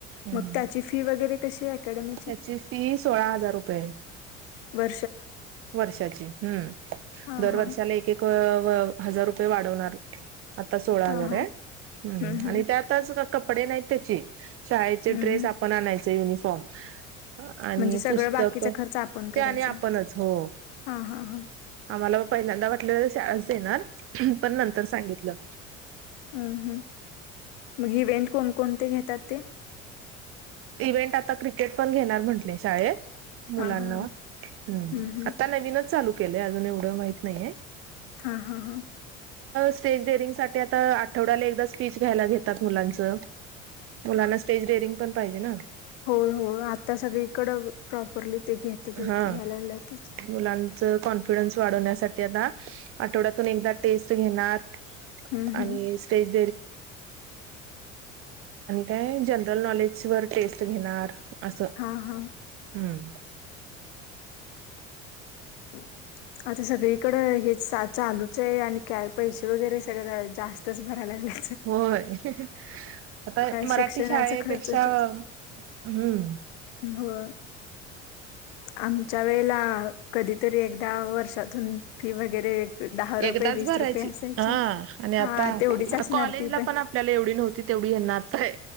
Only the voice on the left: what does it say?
मग त्याची फी वगैरे कशी अकॅडमी ची
वा
हा
हा
हा
हा
हम्म
हम्म
हम्म
हम्म
म्हणजे सगळं
बाकीचा खर्च आपण
करायचा
हां, हां, हां.
हम् हम् मग इव्हेंट कोणकोणते घेतात ते.
हां, हां, हां.
हं, हं.
हा हा हा.
हो हो आता सगळीकड प्रॉपरली ते घेतच
घ्यायलातच.
हं,
हं.
हां, हां.
हम्. आता सगळीकड हे चालूच आहे आणि काय पैसे वगैरे सगळं जास्तच भरायला ला..
शिक्षणाचा
खर्च
हो आमच्या वेळेला कधीतरी एकदा वर्षात... तथून फी वगैरे दहा रुपये
वीस
रुपये असायची
हा तेवढीच असणार
ती..